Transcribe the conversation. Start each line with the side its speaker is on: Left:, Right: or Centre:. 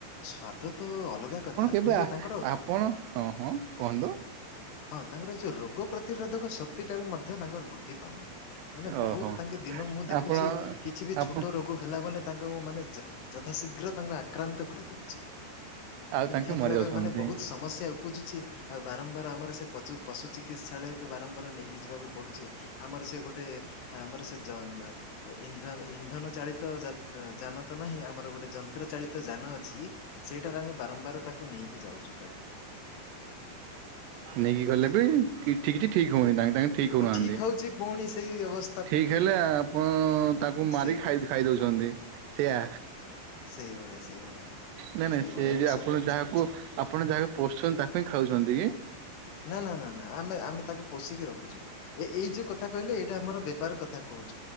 Left: ସ୍ଵାଦ ତ ଅଲଗା କଥା
Right: ଏବେ
Left: କିନ୍ତୁ ତାଙ୍କର
Right: ଆପଣ ହଁ ହଁ କୁହନ୍ତୁ।
Left: ହଁ ତାଙ୍କର ଏ ଯୋଉ ରୋଗ ପ୍ରତିରୋଧକ ଶକ୍ତି ଟା ବି ମଧ୍ୟ ତାଙ୍କର ବୃ ଧି ପାଉନି ମାନେ ବହୁତ
Right: ଓହୋ
Left: ତାଙ୍କେ ଦିନ ମୁଁ ଦେଖୁଚି
Right: ଆପଣ
Left: କିଛି ବି
Right: ଆପଣ
Left: ଛୋଟ ରୋ ଗ ହେଲା ମାନେ ତାଙ୍କୁ ମାନେ ଯ ଯଥାଶୀଘ୍ର ତାଙ୍କୁ ଆକ୍ରାନ୍ତ କରିଦଉଛି।
Right: ଆଉ
Left: ତ
Right: ତାଙ୍କେ
Left: ନିହାତି
Right: ମରି
Left: ଭାବେ
Right: ଯାଉଛନ୍ତି।
Left: ମାନେ ବହୁତ ସମସ୍ୟା ଉପୁଜୁଛି ଆଉ ବାରମ୍ବାର ଆମର ସେ ପଚୁ ପଶୁ ଚିକିତ୍ସାଳୟକୁ ବାରମ୍ବାର ନେଇକି ଯିବାକୁ ପଡ଼ୁଚି। ଆମର ସେ ଗୋଟେ ଆମର ସେ ଜ ମେ ଇନ୍ଧନ ଇନ୍ଧନ ଚାଳିତ ଜ ଜାନ ତ ନାହିଁ ଆମର ଗୋଟେ ଜନ୍ତ ଚ୍ର ଚାଳିତ ଯାନ ଅଛି ସେଇଟାରେ ଆମେ ବାରମ୍ବାର ତାକୁ ନେଇକି ଯାଉଚୁ ତାକୁ।
Right: ନେଇକି ଗଲେ
Left: ହଁ।
Right: ବି ଠିକ କିଛି ଠିକ ହଉନି ତାଙ୍କେ ତାଙ୍କେ ଠିକ ହଉନାହାନ୍ତି।
Left: ହଁ ହଉଛି ପୁଣି ସେଇ ଅବସ୍
Right: ଠିକ ହେଲେ ଆପଣ ତାଙ୍କୁ ମାରି
Left: ସେଇଭଳିଆ
Right: ଖାଇ ଖାଇଦଉଛନ୍ତି ସେୟା।
Left: ସେଇଭଳିଆ ସେଇଭଳିଆ
Right: ନାଇଁ ନାଇଁ
Left: ସେଇଭଳିଆ
Right: ସେ ଯେ
Left: ତ ସବୁଆଡେ
Right: ଆପଣ ଯାହାକୁ
Left: ଚାଲିଛି
Right: ଆପଣ ଯାହାକୁ ପୋଷୁଛନ୍ତି ତାକୁ ହିଁ ଖାଉଛନ୍ତି କି?
Left: ନା ନା ନା ନା ଆମେ ଆମେ ତାକୁ ପୋଷିକି ରଖୁଛୁ ଏ ଏଇ ଯୋଉ କଥା କହିଲେ ଇଟା ଆର ବେପାର କଥା କହୁ